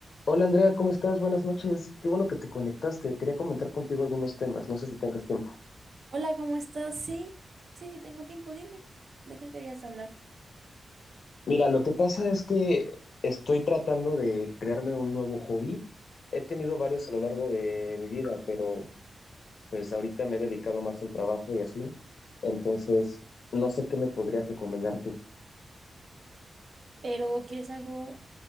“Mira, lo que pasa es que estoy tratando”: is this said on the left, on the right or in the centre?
Left